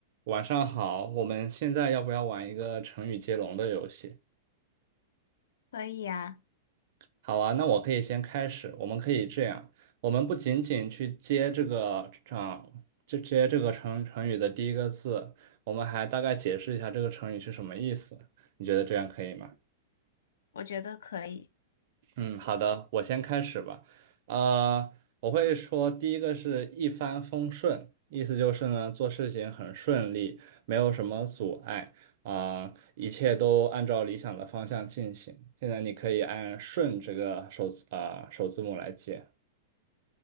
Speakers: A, on the right (about 60°); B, on the left (about 80°).
A: 晚上好，我们现在要不要玩一个成语接龙的游戏？
B: 可以呀，
A: 好啊，那我可以先开始。我们可以这样，我们不仅仅去接这个啊，就接这个成成语的第一个字，我们还大概解释一下这个成语是什么意思。你觉得这样可以吗？
B: 我觉得可以。
A: 嗯，好的，我先开始吧。呃，我会说第一个是一帆风顺，意思就是呢，做事情很顺利，没有什么阻碍啊，一切都按照理想的方向进行。现在你可以按“顺”这个首字啊、首字母来接。